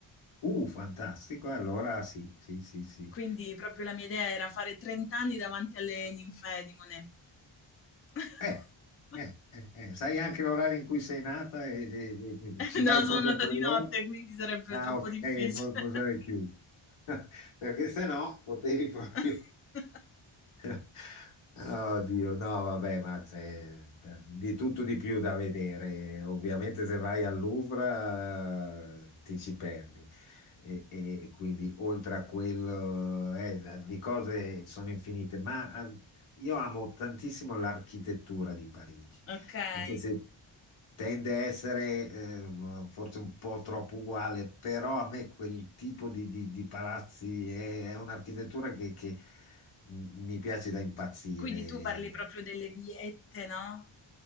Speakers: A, on the left; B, on the left.
A: Uh, fantastico, allora sì, sì, sì, sì.
B: Quindi proprio la mia idea era fare 30 anni davanti alle ninfee di Monet. <laughs>
A: Eh, eh, eh, eh, sai anche l'orario in cui sei nata e, e- e- e ci
B: No,
A: vai
B: sono
A: proprio
B: nata
A: a quell'ora?
B: di notte, quindi sarebbe
A: Ah,
B: troppo
A: ok,
B: difficile.
A: mo- Mosè è chiuso. <laughs> Perché se no potevi proprio...
B: <laughs>
A: <laughs> Oddio, no, vabbè, ma c'è di tutto di più da vedere. Ovviamente se vai al Louvre eh, ti ci perdi e, e- e quindi oltre a quello eh, di cose sono infinite, ma ah, io amo tantissimo l'architettura di Parigi,
B: Okay,
A: anche se tende a essere eh, forse un po' troppo uguale, però a me quel tipo di, di- di palazzi è, è un'architettura che, che mi piace da impazzire.
B: quindi tu parli proprio delle viette, no,